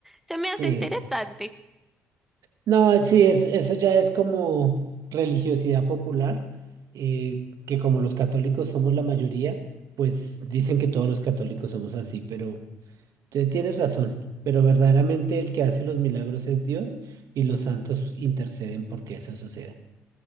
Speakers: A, in the centre; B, on the right.
A: Se me
B: Sí,
A: hace interesante.
B: No, sí, es, eso ya es como religiosidad popular, eh, que como los católicos somos la mayoría, pues dicen que todos los católicos somos así, pero entonces tienes razón, pero verdaderamente el que hace los milagros es Dios y los santos interceden porque eso suceda.